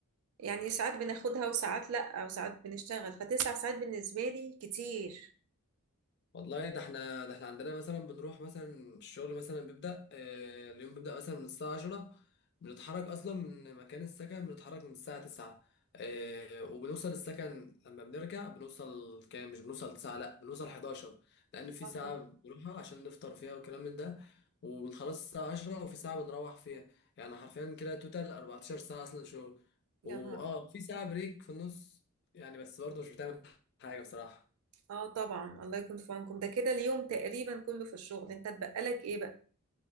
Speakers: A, on the right; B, on the left.
A: يعني ساعات بناخدها وساعات لا وساعات بنشتغل فتسع ساعات بالنسبة لي كتير
B: والله ده احنا ده احنا عندنا مثلا بنروح مثلا الشغل مثلا بيبدأ آه، اليوم بيبدأ مثلا من الساعة 10 بنتحرك أصلا من مكان السكن بنتحرك من الساعة 9 آه، وبنوصل السكن لما بنرجع بنوصل كام مش بنوصل 9 لا بنوصل 11 لأن في
A: اه
B: ساعة
A: طب
B: بنروحها عشان نفطر فيها والكلام من ده وبنخلص الساعة 10 وفي ساعة بنروح فيها يعني حرفيا كده توتال 14 ساعة أصلا شغل
A: يا
B: وآه
A: نهار
B: في ساعة بريك في النص يعني بس برضه مش بتعمل حاجة بصراحة
A: اه طبعا الله يكون في عونكم ده كده اليوم تقريبا كله في الشغل انت اتبقى لك ايه بقى